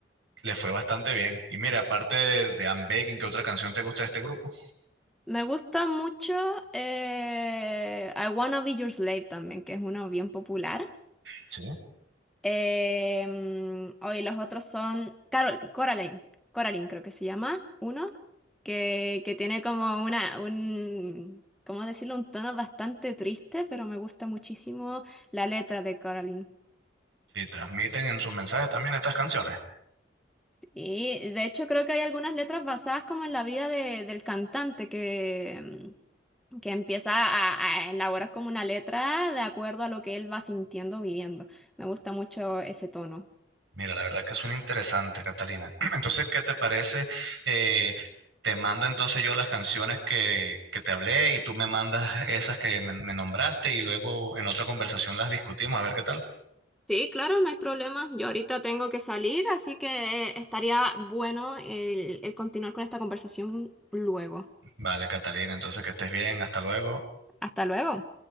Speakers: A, on the right; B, in the centre.
A: les fue bastante bien. Y mira, aparte de, de I'm Begging, ¿qué otra canción te gusta de este grupo?
B: Me gusta mucho eh, I Wanna Be Your Slave también, que es uno bien popular.
A: Sí.
B: Eh, hoy los otros son Carol, Coraline, Coraline creo que se llama, uno, que, que tiene como una, un, ¿cómo decirlo? Un tono bastante triste, pero me gusta muchísimo la letra de Coraline.
A: Sí, transmiten en sus mensajes también estas canciones.
B: Y de hecho creo que hay algunas letras basadas como en la vida de- del cantante que, mm, que empieza a, a elaborar como una letra de acuerdo a lo que él va sintiendo, viviendo. Me gusta mucho ese tono.
A: Mira, la verdad que suena interesante, Catalina. <clears throat> Entonces, ¿qué te parece? Eh, te mando entonces yo las canciones que, que te hablé y tú me mandas esas que me, me nombraste y luego en otra conversación las discutimos, a ver qué tal.
B: Sí, claro, no hay problema. Yo ahorita tengo que salir, así que eh, estaría bueno el, el continuar con esta conversación luego.
A: Vale, Catalina, entonces que estés bien, hasta luego.
B: Hasta luego.